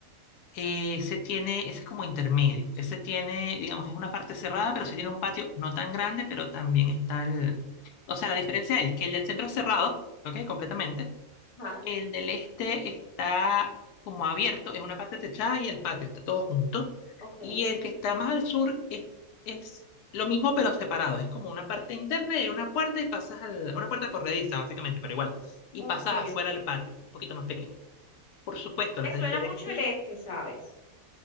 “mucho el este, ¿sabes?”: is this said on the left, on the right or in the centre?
Left